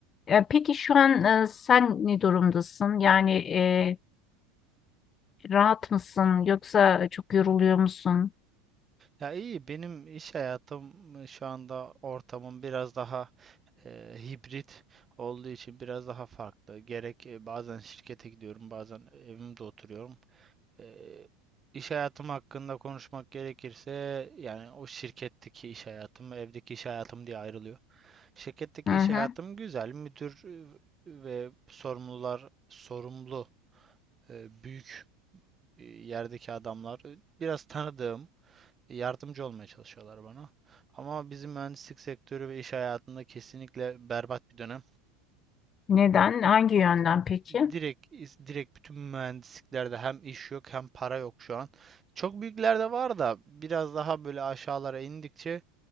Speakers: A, on the left (about 30°); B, on the right (about 25°).
A: E, peki şu an e, sen ne durumdasın yani e, rahat mısın yoksa çok yoruluyor musun?
B: Ya iyi, benim iş hayatım e, şu anda ortamım biraz daha e, hibrit olduğu için biraz daha farklı. Gerek e, bazen şirkete gidiyorum, bazen evimde oturuyorum. Eee, iş hayatım hakkında konuşmak gerekirse yani o şirketteki iş hayatım ve evdeki iş hayatım diye ayrılıyor. Şirketteki
A: Hı
B: iş
A: hı.
B: hayatım güzel. Müdür e, ve sorumlular sorumlu e, büyük e, yerdeki adamlar e, biraz tanıdığım yardımcı olmaya çalışıyorlar bana. Ama bizim mühendislik sektörü ve iş hayatında kesinlikle berbat bir dönem.
A: Neden hangi yönden peki?
B: Direkt direkt bütün mühendisliklerde hem iş yok hem para yok şu an. Çok büyüklerde var da biraz daha böyle aşağılara indikçe